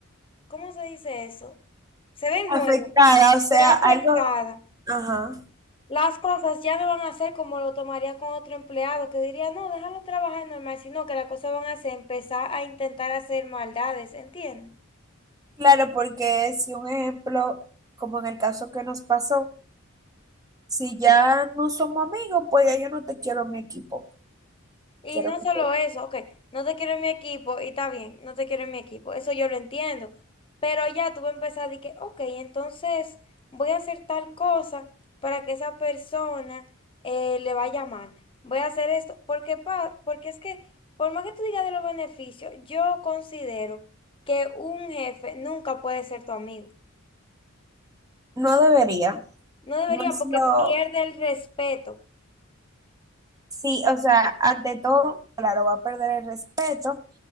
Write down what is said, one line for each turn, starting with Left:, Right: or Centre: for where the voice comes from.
Left: ¿cómo se dice eso? Se ve en
Right: Afectada,
Left: juego,
Right: o sea,
Left: se ve afectada.
Right: algo, ajá.
Left: Las cosas ya no van a ser como lo tomaría con otro empleado que diría, no, déjalo trabajar normal, sino que las cosas van a ser empezar a intentar hacer maldades, ¿entiendes?
Right: Claro, porque si un ejemplo, como en el caso que nos pasó, si ya no somos amigos, pues ya yo no te quiero en mi equipo.
Left: Y
Right: quiero
Left: no
Right: que
Left: solo
Right: tú veas.
Left: eso, ok, no te quiero en mi equipo y está bien, no te quiero en mi equipo, eso yo lo entiendo. Pero ya tú vas a empezar de que, ok, entonces voy a hacer tal cosa para que esa persona eh, le vaya mal. Voy a hacer esto, porque, pa, porque es que, por más que tú digas de los beneficios, yo considero que un jefe nunca puede ser tu amigo.
Right: No debería,
Left: No debería
Right: no es
Left: porque
Right: lo,
Left: pierde el respeto.
Right: sí, o sea, ante todo, claro, va a perder el respeto